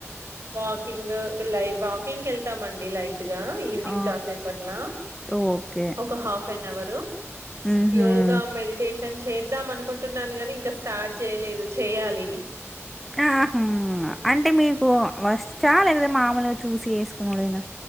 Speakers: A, on the right; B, in the centre.
A: వాకింగు లై వాకింగ్ కేళ్తామండి లైట్ ట్గా ఈవినింగ్
B: ఆ
A: కాసేపు అట్ల
B: ఓకే
A: ఒక ఆఫెనవరు
B: మ్మ్హ్మ్.
A: యోగ మెడిటేషన్ చేద్దామను కుంటున్నాను గని ఇంకా స్టార్ట్ చేయలేదు చేయాలి
B: ఆహుమ్ అంటే మీకు వస్ చాలా కదా మామూలుగా చూసి చేసుకునుడేనా